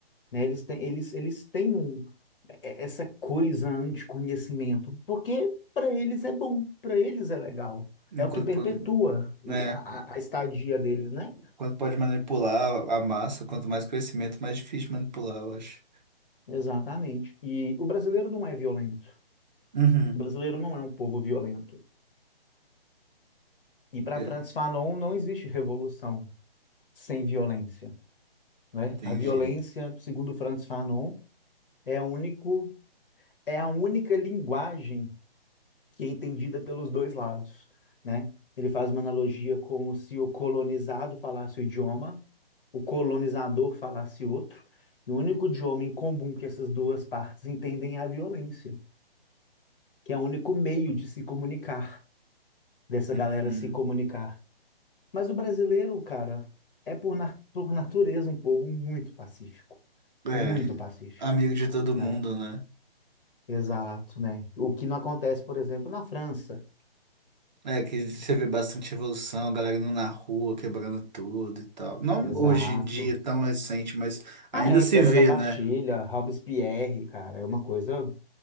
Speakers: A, on the left (about 60°); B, on the right (about 45°).
A: né? Eles têm, eles, eles têm um, é- essa coisa anticonhecimento, porque para eles é bom, para eles é legal.
B: enquanto,
A: É o que perpetua
B: por-
A: o-
B: é,
A: a, a a estadia deles, né?
B: Quanto pode manipular a massa, quanto mais conhecimento mais difícil de manipular, eu acho.
A: Exatamente. E o brasileiro não é violento.
B: Uhum.
A: O brasileiro não é um povo violento. E para
B: É,
A: Frantz Fanon não existe revolução sem violência, né?
B: entendi.
A: A violência, segundo Frantz Fanon, é o único, é a única linguagem que é entendida pelos dois lados, né? Ele faz uma analogia como se o colonizado falasse o idioma, o colonizador falasse outro, e o único idioma em comum que essas duas partes entendem é a violência, que é o único meio de se comunicar. dessa
B: Hum,
A: galera se comunicar. Mas o brasileiro, cara, é por, na- por natureza um povo muito pacífico,
B: é,
A: muito pacífico,
B: amigo de todo mundo,
A: né?
B: né?
A: Exato, né? O que não acontece, por exemplo, na França.
B: É, que você vê bastante revolução, galera indo na rua, quebrando tudo e tal. Não
A: Exato.
B: hoje em dia tão recente, mas ainda
A: Ah, é,
B: se
A: queda
B: vê,
A: da Bastilha,
B: né?
A: Robespierre, cara, é uma coisa,